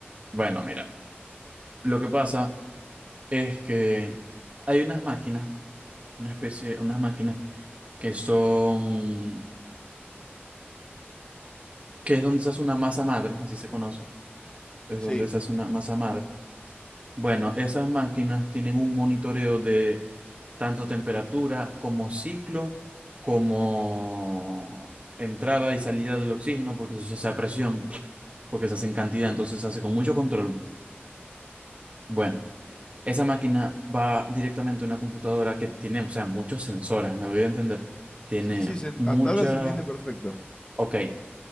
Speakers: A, on the right (about 35°); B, on the left (about 25°).
A: Bueno, mira, lo que pasa es que hay unas máquinas, una especie, unas máquinas que son, que es donde se hace una masa madre, así se conoce, es
B: Sí.
A: donde se hace una masa madre. Bueno, esas máquinas tienen un monitoreo de tanto temperatura como ciclo, como entrada y salida del oxígeno, porque eso se hace a presión, porque se hace en cantidad, entonces se hace con mucho control. Bueno, esa máquina va directamente a una computadora que tiene, o sea, muchos sensores, me doy a entender. Tiene
B: Sí, sí, se en-
A: muchas...
B: hasta ahora se entiende perfecto.
A: Ok,